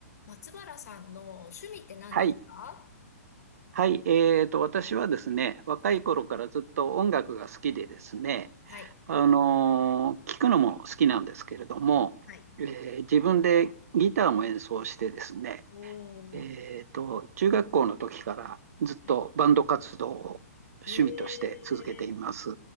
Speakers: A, on the left (about 75°); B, on the right (about 65°).
A: 松原さんの趣味って何ですか
B: はい。はい。えーと、私はですね、若い頃からずっと音楽が好きでですね、
A: はい。はい。
B: あのー聞くのも好きなんですけれども、
A: うんはい。
B: えー自分でギターも演奏してですね、
A: おー。
B: えーと、中学校の時からずっとバンド活動を趣味として続けています。
A: はい。へー